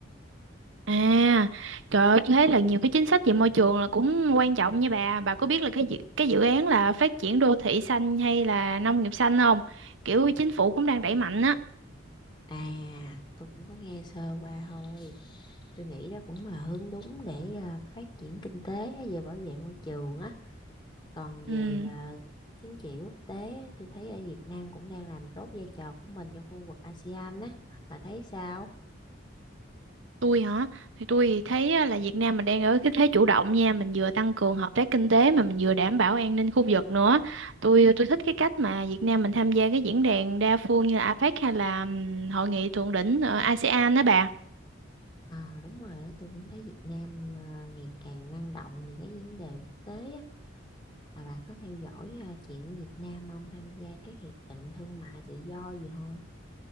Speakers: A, on the right; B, on the left.
A: À, trời ơi, thế là nhiều cái chính sách về môi trường là cũng quan trọng nha bà. Bà có biết là cái dự, cái dự án là phát triển đô thị xanh hay là nông nghiệp xanh không? Kiểu chính phủ cũng đang đẩy mạnh á.
B: À, tôi cũng có nghe sơ qua thôi. Tôi nghĩ đó cũng là hướng đúng để à, phát triển kinh tế á, về bảo vệ môi trường á. Còn về
A: Ừ,
B: ờ, chính trị quốc tế á, tôi thấy ở Việt Nam cũng đang làm tốt vai trò của mình trong khu vực ASEAN á. Bà thấy sao?
A: tôi hả? Thì tôi thấy á, là Việt Nam mình đang ở cái thế chủ động nha, mình vừa tăng cường hợp tác kinh tế mà mình vừa đảm bảo an ninh khu vực nữa. Tôi tôi thích cái cách mà Việt Nam mình tham gia cái diễn đàn đa phương như là APEC hay là ừm, hội nghị thượng đỉnh ở ASEAN đó bà.
B: Ờ đúng rồi á, tôi cũng thấy Việt Nam ờ, ngày càng năng động về cái vấn đề quốc tế á. Mà bà có theo dõi ờ, chuyện của Việt Nam không? Tham gia các hiệp định thương mại tự do gì không?